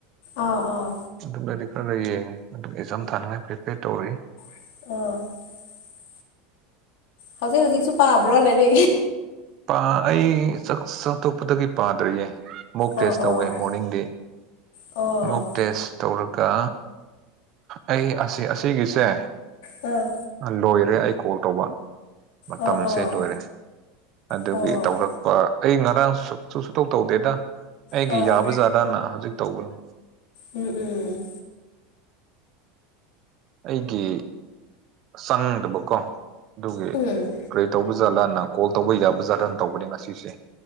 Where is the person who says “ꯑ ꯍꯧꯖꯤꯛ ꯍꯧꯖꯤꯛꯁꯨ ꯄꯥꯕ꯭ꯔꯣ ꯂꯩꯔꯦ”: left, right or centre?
Left